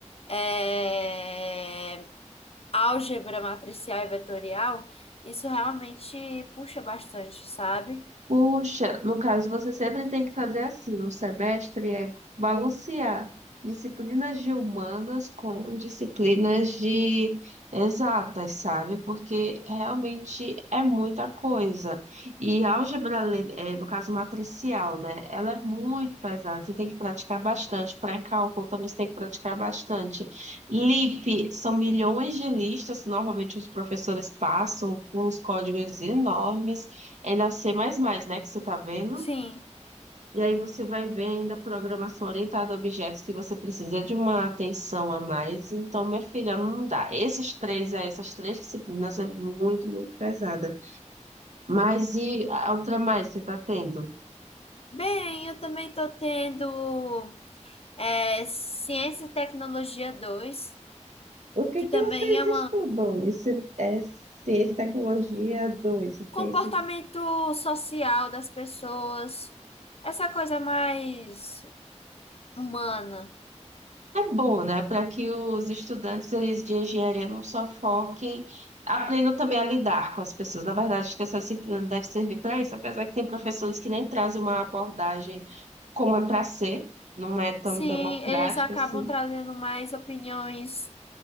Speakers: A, on the left; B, on the right.
A: é, álgebra matricial e vetorial, isso realmente puxa bastante, sabe?
B: Puxa, no caso, você sempre tem que fazer assim, no semestre é balancear disciplinas de humanas com disciplinas de exatas, sabe? Porque realmente é muita coisa. E álgebra, le- é, no caso matricial, né? Ela é muito pesada, você tem que praticar bastante. Pré-cálculo também você tem que praticar bastante. LIP, são milhões de listas, normalmente os professores passam com uns códigos enormes. É na C++, né, que você está vendo.
A: Sim.
B: E aí você vai ver ainda a programação orientada a objetos que você precisa de uma atenção a mais. Então, minha filha, não dá. Esses três, é, essas três disciplinas é muito, muito pesada. Mas e a outra mais você está tendo?
A: Bem, eu também estou tendo é, Ciência e Tecnologia 2,
B: O que
A: que
B: que
A: também
B: vocês
A: é um
B: estudam? Isso é C, Tecnologia 2? o que
A: comportamento
B: é isso?
A: social das pessoas, essa coisa mais humana.
B: É bom, né, para que os estudantes eles de engenharia não só foquem, aprendam também a lidar com as pessoas. Na verdade, acho que essa disciplina deve servir para isso, apesar que tem professores que nem trazem uma abordagem como é para ser, não é tão
A: Sim,
B: democrática
A: eles acabam
B: assim.
A: trazendo mais opiniões